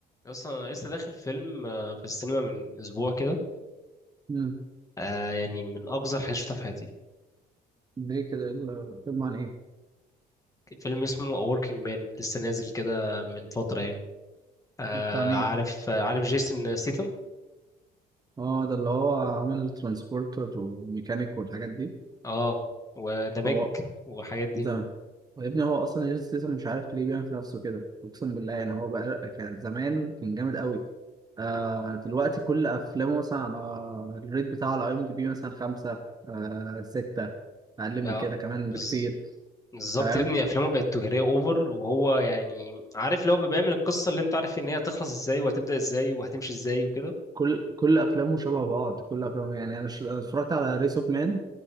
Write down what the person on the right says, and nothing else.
مم.
ليه كده إيه الفيلم عن ايه؟
ده بتاع مين؟
اه ده اللي هو عامل ترانسبورتر وميكانيك والحاجات دي
هو
زمان يا ابني هو اصلا جيسون ستاثام مش عارف ليه بيعمل في نفسه كده اقسم بالله يعني هو بقى كان زمان كان جامد قوي آه دلوقتي كل افلامه مثلا على الريت بتاعه على اي ام دي بي مثلا خمسة آه ستة اقل
من كده كمان
بكتير
فاهم
كل كل افلامه شبه بعض كل افلامه يعني انا ش- أنا اتفرجت على ريس اوف مان